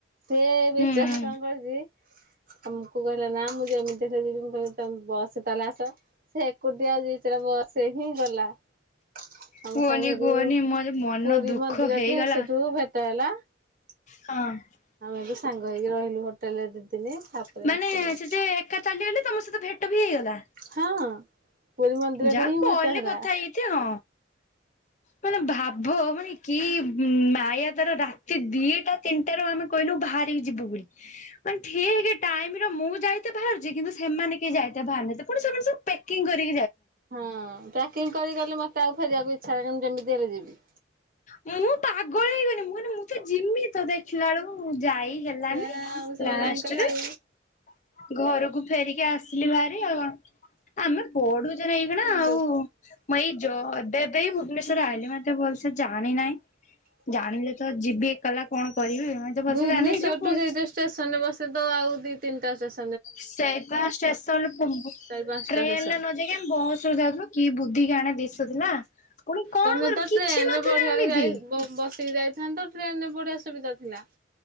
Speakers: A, on the right; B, on the left.
A: ସେ
B: ହୁଁ
A: ବିଚାରା କଣ କରିଛି । ଆମକୁ କହିଲା ନା ମୁଁ ଯେମିତି ହେଲେ ଯିବି ମୁଁ କହିଲି ତମେ ବସ୍ ରେ ତାହେଲେ ଆସ । ସେ ଏକୁଟିିଆ ବିଚରା ବସ ରେ ହିଁ ଗଲା । ଆମ
B: କୁହନି
A: ସାଙ୍ଗେ ସେଠୁ
B: କୁହନି ମୋର ମନ
A: ପୁରୀ
B: ଦୁଃଖ
A: ମନ୍ଦିର
B: ହେଇଗଲା
A: ଟେ ସେଠୀ । ଭେଟ ହେଲା ।
B: ହଁ ।
A: ଏବେ ସାଙ୍ଗ ହେଇକି ରହିଲୁ ହୋଟେଲରେ ଦି ଦିନ । ଦିନ ତାପରେ
B: ମାନେ
A: ଆସିଲୁ
B: ସେ ଯେ ଏକା ଚାଲିଗଲେ ତମ ସହିତ ଭେଟ ବି ହେଇଗଲା।
A: ହଁ । ପୁରୀ ମନ୍ଦିରରେ
B: ଯାହା
A: ହିଁ
B: କଲରେ
A: ଭେଟ ହେଲା।
B: କଥା ହେଇଛି ହଁ। ମାନେ ଭାବ ମାନେ କି ମାୟା । ରାତି ଦିଟା ତିନିଟା ରୁ ଆମେ କହିଲୁ ଭାରିକି ଯିବୁ ବୋଲି ମାନେ ଠିକ୍ ଟାଇମ୍ । ମୁଁ ଯାଇତେ ବାହାରୁଛି କିନ୍ତୁ ସେମାନେ କେହି ଯାଇତେ ବାହାରୁନାନ୍ତି ପୁଣି ସେମାନେ ସବୁ ପେକିଙ୍ଗ୍ କରି ।
A: ହଁ ପାକିଙ୍ଗ କରି ଗଲେ ମତେ ଆଉ ଫେରିବାକୁ ଇଚ୍ଛା ହୁଏନା ମୁଁ ଯେମିତି ହେଲେ ଯିବି ।
B: ମୁଁ ପାଗଳ ହେଇଗଲିି ମୁଁ କଇଲି ମୁ ତ ଯିମି ତ ଦେଖିଲା ବେଳକୁ ଯାଇ । ହେଲାନି
A: ସେ ଆଉ ସେମାନେ
B: ଲାଷ୍ଟରେ
A: ନାହିଁ କଲେ ଆଉ
B: । ଘରକୁ ଫେରିକି ଆସିଲି ଭାରି ଆଉ କ। ଆମେ ପଡୁଛେ ନା ଏଇଖୀଣା
A: ହଁ।
B: ଆଉ ମୁଁ ଏଇ ଯ ଏବେ ଏବେ ହିଁ ଭୁବନେଶ୍ୱର । ରହିଲି ମୁ ଏତେ ଭଲସେ ଜାଣି ନହିଁ । ଜାଣିଲେ ତ ଯିବି ଏକଲା କଣ କରିବି ମୁଁ ତ ଭଲସେ
A: ଭୁବନେଶ୍ୱରଠୁ
B: ଜାଣିନି ସେଇ ଯୋଗୁ ପଲେଇ
A: ସେଇଠୁ
B: ଆସିଲି ।
A: ଷ୍ଟେସନରେ ବସେ ତ ଆଉ ଦିତିନି ଟା ।
B: ସେପା ଷ୍ଟେସନ ପୁରବୁ
A: ଚାରି ପାଞ୍ଚଟା
B: ଟ୍ରେନରେ
A: ଷ୍ଟେସନ।
B: ନଯାଇକି ଆମେ ବସ ଯାଉଥିଲୁ କି । ବୁଦ୍ଧି କାଣେ ଦିଶୁ ଥିଲା ପୁଣି କଣ
A: ତମେ
B: କରିବୁ
A: ତ
B: କିଛି
A: ଟ୍ରେନରେ
B: ନଥିଲା
A: ବଢିଆରେ
B: ଏମିତି
A: ଯାଇ
B: ।
A: ବ ବସିକି ଯାଇଥାନ୍ତ ତ ଟ୍ରେନ ରେ ବଢିଆ ସୁବିଧା ଥିଲା। ।